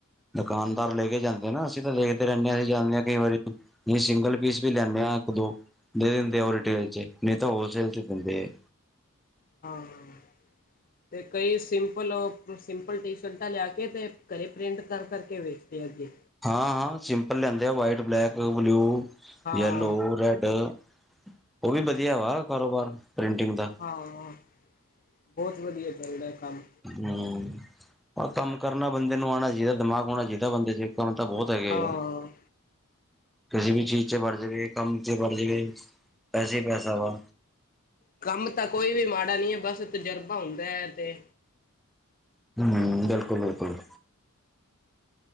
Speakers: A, in the centre; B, on the left.
A: ਦੁਕਾਨਦਾਰ ਲੈ ਕੇ ਜਾਂਦੇ ਨਾ ਅਸੀਂ ਤਾਂ ਦੇਖਦੇ ਰਹਿੰਦੇ ਹਾਂ, ਅਸੀਂ ਜਾਂਦੇ ਹਾਂ ਕਈ ਵਾਰੀ ਨਹੀਂ ਸਿੰਗਲ ਪੀਸ ਵੀ ਲੈਂਦੇ ਹਾਂ, ਇੱਕ ਦੋ ਦੇ ਦਿੰਦੇ ਹੋ ਰਿਟੇਲ ਚ' ਨਹੀਂ ਤਾਂ ਹੋਲਸੇਲ ਚ ਦਿੰਦੇ ਆ।
B: ਹਾਂ। <inaudible> ਤੇ ਕਈ ਸਿੰਪਲ, ਸਿੰਪਲ ਟੀ ਸ਼ਰਟਾਂ ਲਿਆ ਕੇ ਤੇ ਘਰੇ ਪ੍ਰਿੰਟ ਕਰ ਕਰਕੇ ਵੇਚਦੇ ਅੱਗੇ।
A: ਹਾਂ ਹਾਂ ਸਿੰਪਲ ਲਿਆਂਦੇ ਆ ਵਾਈਟ, ਬਲੈਕ, ਬਲਿਊ।
B: ਹਾਂ
A: ਯੈਲੋ, ਰੈਡ ਉਹ ਵੀ ਵਧੀਆ ਵਾ ਕਾਰੋਬਾਰ ਪ੍ਰਿੰਟਿੰਗ ਦਾ।
B: ਹਾਂ, ਬਹੁਤ ਵਧੀਆ ਚੱਲਦਾ‌ ਆ ਕੰਮ।
A: ਹੁੰ ਕੰਮ ਕਰਨਾ ਬੰਦੇ ਨੂੰ ਆਉਣਾ ਚਾਹੀਦਾ। ਦਿਮਾਗ ਹੋਣਾ ਚਾਹੀਦਾ ਬੰਦੇ ਚ। ਕੰਮ ਤਾਂ ਬਹੁਤ ਹੈਗੇ
B: ਹਾਂ
A: ਆ। ਕਿਸੇ ਵੀ ਚੀਜ਼ ਚ ਵੜ ਜਾਵੇ, ਕੰਮ ਚ ਵੜ ਜਾਵੇ ਪੈਸੇ ਹੀ ਪੈਸਾ ਵਾ।
B: ਕੰਮ ਤਾਂ ਕੋਈ ਵੀ ਮਾੜਾ ਨਹੀ ਹੈ, ਬਸ ਤਜਰਬਾ ਹੁੰਦਾ ਹੈ ਤੇ
A: ਹੁੰ ਬਿਲਕੁਲ ਬਿਲਕੁਲ।